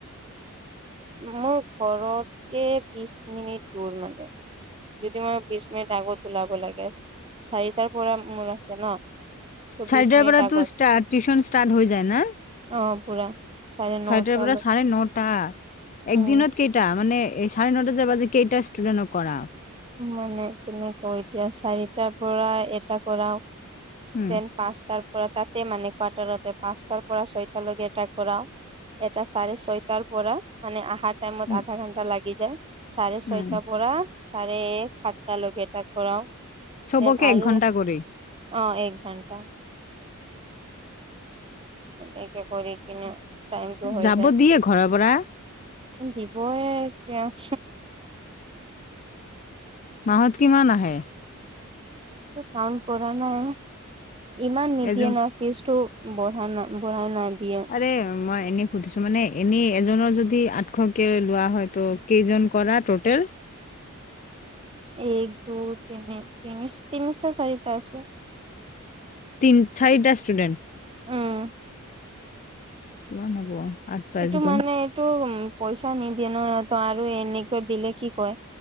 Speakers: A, on the right; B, on the left.
A: মোৰ ঘৰতকে বিশ মিনিট দূৰ মানে। যদি মই বিশ মিনিট আগত ওলাব লাগে, চাৰিটাৰ পৰা মোৰ আছে ন? ত'
B: চাৰিটাৰ
A: বিশ মিনিট
B: পৰা
A: আগত
B: তোৰ ষ্টা-টিউচন ষ্টাৰ্ট হৈ যায় ন?
A: অ', পুৰা। চাৰে
B: চাৰিটাৰ
A: নটালৈ
B: পৰা চাৰে নটা
A: উম
B: একদিনত কেইটা, মানে এই চাৰে নটা যে বাজে, কেইটা ষ্টুডেণ্টক কৰা?
A: মানে কেনেকৈ কওঁ এতিয়া, চাৰিটাৰ পৰা এটা কৰাওঁ,
B: উম,
A: দেন পাঁচটাৰ পৰা তাতে মানে কোৱাৰ্টাৰতে, পাঁচটাৰ পৰা ছয়টালৈকে এটা কৰাওঁ এটা চাৰে ছয়টাৰ পৰা, মানে আহা টাইমত
B: উম,
A: আধা ঘণ্টা লাগি যায়, চাৰে ছয়টা
B: উম,
A: পৰা চাৰে সাতটালৈকে এটা কৰাওঁ,
B: চবকে
A: দেন আৰু
B: এক ঘন্টা কৰি
A: অ', এক ঘণ্টা। এনেকে কৰি কিনে, টাইমটো হৈ
B: যাব
A: যায়।
B: দিয়ে ঘৰৰ পৰা
A: উম, দিবয়ে তেওঁক
B: মাহত কিমান আহে?
A: টো কাউণ্ট কৰা নাই, ইমান নিদিয়ে
B: এজন
A: ন ফিজটো বঢ়া না-বঢ়াই নাই দিয়ে।
B: আৰে মই এনেই সুধিছোঁ, মানে এনেই এজনৰ যদি আঠশকৈ লোৱা হয় ত' কেইজন কৰা টোটেল?
A: এক, দুই, তিনি, তিনি-তিনিচ, চাৰিটা আছে।
B: তিন, চাৰিটা ষ্টুডেণ্ট?
A: উম
B: কিমান হ'ব? আঠ পাঁচ
A: এইটো
B: গুণ
A: মানে এইটো উম পইচা নিদিয়ে ন, ত' আৰু এনেকে দিলে কি কয়,